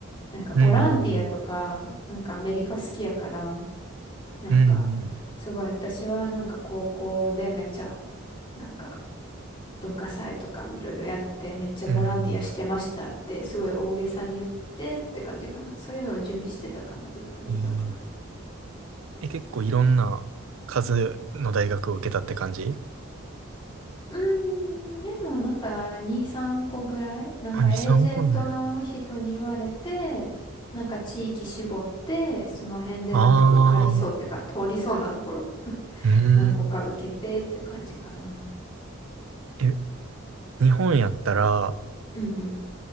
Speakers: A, on the left; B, on the right.
A: なんかボランティアとか、
B: うん。
A: なんかアメリカ好きやから、なんか、
B: うん、
A: すごい私はなんか高校でめっちゃ、なんか文化祭とかもいろいろやって、めっちゃボランティアしてましたって、
B: うん。
A: すごい大げさに言ってって感じかな。そういうのを準備してたかな、ずっと入学まで。
B: うん。え、結構いろんな数の大学を受けたって感じ
A: うーん、でもなんか2、3個ぐらい、なんかエージェントの人に言われて、
B: あ、2、3個なんや。
A: なんか地域絞って、その辺でなんか受かりそうっていうか、
B: ああ、
A: 通りそうなところ、
B: うん。
A: 何個か受けてって感じかな。
B: え、日本やったら、
A: うんうん。